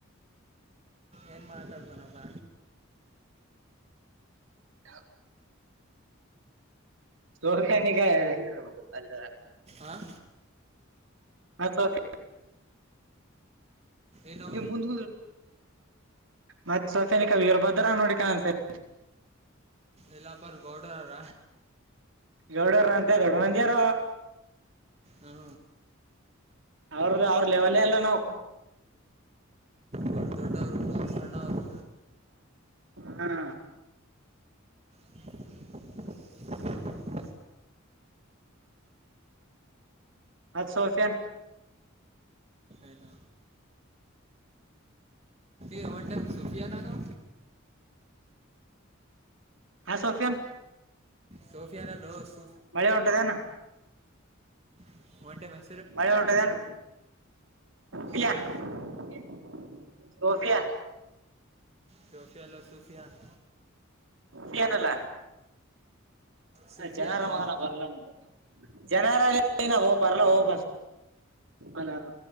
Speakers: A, on the right; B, on the right.
A: ಏನು ಮಾತಾಡ್ತಾನಪ್ಪ
B: ಹ ಸೋಕ್ಯಾನಗ ಅಲ್ಲ
A: ಹ
B: ಹಾ ಸಕ
A: ಏನು
B: ನೀ ಮುಂದ ಮತ್ ಸೊಫೆನಿಕರ ಬದ್ರ ನೋಡಿಕ ಸರಿ
A: ಎಲ್ಲಪರು ಗೌಡರಾರ
B: ಗೌಡರ ಅಂತ ದೊಡ್ಡ ಮಂದಿಯಾರ
A: ಹಾ
B: ಅವ್ರ ಅವ್ರ ಲೆವೆಲ್ ಎಲ್ಲ ನಾವವು
A: ಬಡ್ ದೊಡ್ಡರುಷಣರು
B: ಹಾ
A: <unintelligible>
B: ಅತ್ತು ಸೊಫನ್ <unintelligible>
A: ಏನು ಅ ಒಡ್ಲು ಸೋಪಿಯಾನಾನು
B: ಹಾ ಸೋಫಿಯನ್
A: ಸೋಫಿಯಾನ ಲೋಸ್
B: ಮಳೆ ಉಂಟದನ
A: <unintelligible>
B: ಮಳಟದನ್ನ್ <unintelligible>
A: ಇಲ್ಲ
B: ಸೋಫಿಯ
A: ಸೋಫಿಯಲ್ಲ ಸೂಫಿಯಾನ್
B: ಕೆನಲ್ಲ
A: ಸೂಫಿಯಾನು
B: ಜನರ ಮಗನ ಬರಲ್ಲ ಜನ ರೇ ನ ಹ ಪಾರಲ್ಲ ಹ ಬ ಆರಾಮ